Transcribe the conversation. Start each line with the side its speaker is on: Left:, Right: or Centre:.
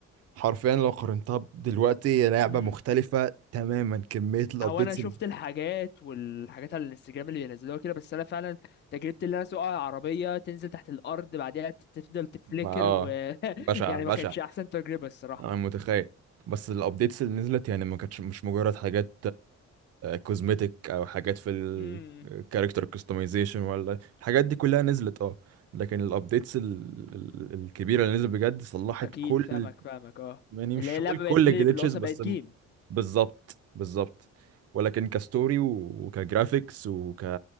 Right: حرفيا لو قارنتها دلوقتي هي لعبه
Left: امم
Right: مختلفه تماما كميه الابديتس
Left: او انا شفت
Right: الم-
Left: الحاجات والحاجات على الانستجرام اللي بينزلوها كده بس انا فعلا تجربتي اللي انا اسوق عربيه تنزل تحت الارض بعدها تفضل تفليكر
Right: ما اه
Left: و <laughs>
Right: بشعه
Left: يعني
Right: بشعه
Left: ما كانتش احسن تجربه الصراحه
Right: انا متخيل بس الابديتس اللي نزلت يعني ما كانتش مش مجرد حاجات كوزمتيك او حاجات في
Left: امم
Right: الكاركتر كاستمايزيشن ولا الحاجات دي كلها نزلت اه لكن الابديتس ال- ال- الكبيره اللي نزلت بجد صلحت
Left: اكيد
Right: كل
Left: فاهمك فاهمك اه
Right: يعني
Left: اللي
Right: مش
Left: هي اللعبه
Right: هقول كل
Left: بقت بلاي
Right: الجلitches
Left: اللي اصلا
Right: بس
Left: بقت جيم
Right: م- بالظبط بالظبط ولكن كستوري و- وكجرافيكس وك